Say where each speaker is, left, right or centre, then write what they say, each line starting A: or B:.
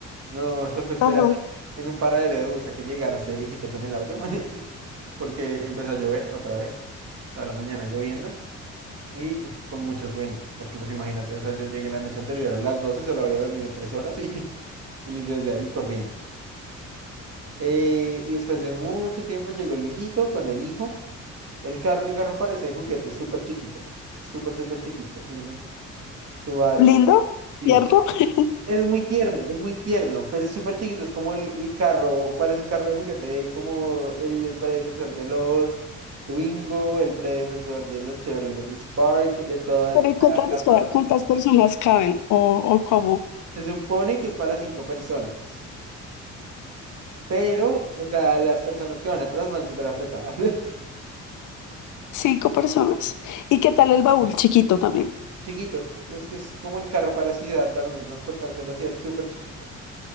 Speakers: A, on the right; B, on the left.
A: No, tocó esperar
B: ajá.
A: en un paradero de bus a que llegara este viejito con el auto. <laughs> porque empezó a llover otra vez, toda la mañana lloviendo y uf, con mucho sueño, porque pues imagínate, o sea, yo llegué la noche anterior a las doce solo había dormido tres horas y, <laughs> y desde ahí corriendo. Eh, y después de mucho tiempo llegó el viejito con el hijo, el carro, el carro parece de juguete, es súper chiquito, súper, súper chiquito, es un Subaru
B: Lindo,
A: vivo.
B: tierno. <laughs>
A: Es muy tierno, es muy tierno, pero es súper chiquito, es como el, el carro, parece un carro de juguete, como el, el predecesor de los Twingo, el predecesor de los Chevrolet Spark, de toda
B: Pero
A: esta
B: ¿y ¿cuántas,
A: gama.
B: espera, cuántas personas caben o, o cómo?
A: Se supone que es para cinco personas, pero, o sea, las personas que van atrás van súper apretadas.
B: Cinco personas. ¿Y qué tal el baúl chiquito también?
A: <laughs> Chiquito, es que es como el carro para ciudad, para uno transportarse en la ciudad, súper chiquito.